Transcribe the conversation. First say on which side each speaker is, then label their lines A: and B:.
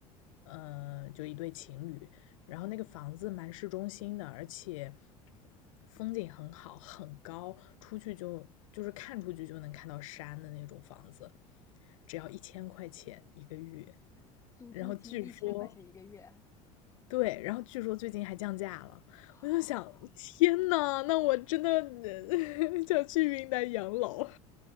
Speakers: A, on the left; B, on the left.
A: 嗯、呃就一对情侣，然后那个房子蛮市中心的，而且风景很好，很高，出去就就是看出去就能看到山的那种房子，只要一千块钱一个月。
B: 租租金一千块钱一个月
A: 然后据说，对，然后据说最近还降价了。
B: 啊！
A: 我就想，天呐，那我真的呃 <laughs> 想去云南养老。